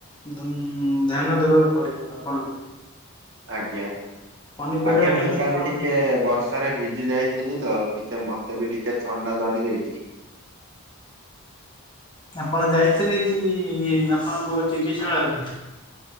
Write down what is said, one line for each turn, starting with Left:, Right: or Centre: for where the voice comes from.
Left: ଉଁ ଧ୍ୟାନ ଦେବାକୁ ପଡ଼ିବ ଆପଣଙ୍କୁ।
Right: ଆଜ୍ଞା
Left: ପନିପରିବା
Right: ଆଜ୍ଞା ମୁଁ
Left: କେମିତି
Right: କାଲି
Left: କଣ
Right: ଟିକେ ବର୍ଷ ହାରେ ଭିଜି ଯାଇଥିଲି ତ ଟିକେ ମତେ ବି ଟିକେ ଥଣ୍ଡା ଧରି ଦେଇଚି।
Left: ଆପଣ ଯାଇଥିଲେ କି ଆପଣଙ୍କ ଚିକିତ୍ସାଳୟ?